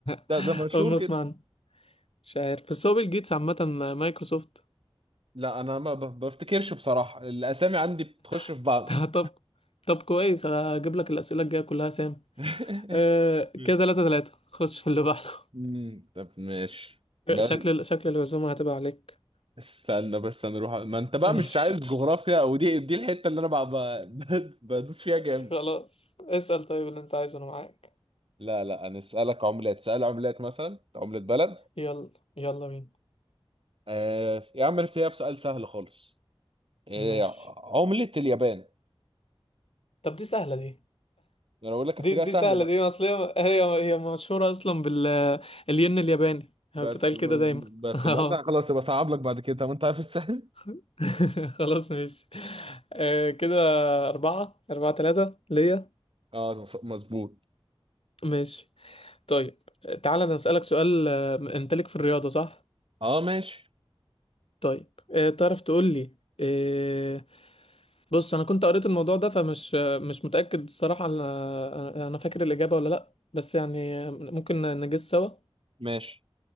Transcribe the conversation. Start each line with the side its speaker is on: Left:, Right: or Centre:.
Right: ده
Left: <laughs>
Right: ده مشهور
Left: اول ما اسمع
Right: كده
Left: عنه مش عارف بس هو بيل جيتس عامة مايكروسوفت
Right: لا انا ما ب- بفتكرش بصراحة الاسامي عندي بتخش في
Left: <laughs>
Right: بعض
Left: طب طب كويس هجيب لك الأسئلة الجاية كلها سام
Right: <laughs>
Left: آه
Right: مم.
Left: كده تلاتة تلاتة خش في اللي بعده
Right: مم، طب ماشي بس
Left: <laughs> شكل شكل الهزومة هتبقى عليك
Right: استنى بس انا اروح ما انت بقى
Left: ماشي
Right: مش عايز جغرافيا او دي دي الحته اللي انا بقى ب- <laughs> بدوس فيها جامد
Left: خلاص اسأل طيب اللي انت عايزه انا معاك
Right: لا لا انا اسالك عملات سؤال عملات مثلا عمله بلد
Left: يلا يلا بينا
Right: آه يا عم نبتديها بسؤال سهل خالص آه
Left: ماشي
Right: عمله اليابان
Left: طب دي سهلة دي
Right: انا بقول لك
Left: دي
Right: ابتديها
Left: دي
Right: سهله
Left: سهلة
Right: بقى
Left: دي اصل هي هي هي مشهورة اصلا بال الين الياباني
Right: بس
Left: هي بتتقال
Right: بس
Left: كده دايما
Right: بس
Left: <laughs> اه
Right: يبقى انا خلاص يبقى صعب لك بعد كده طب انت عارف السهل
Left: <laughs> خلاص ماشي آه كده أربعة أربعة تلاتة ليا
Right: اه مص- مظبوط
Left: ماشي طيب تعالى أنا أسألك سؤال آه، انت ليك في الرياضة صح؟
Right: اه ماشي
Left: طيب آه، تعرف تقول لي آه، بص انا كنت قريت الموضوع ده فمش آه، مش متأكد الصراحة على- آه، انا فاكر الإجابة ولا لا بس يعني آه، ممكن نجس سوا
Right: ماشي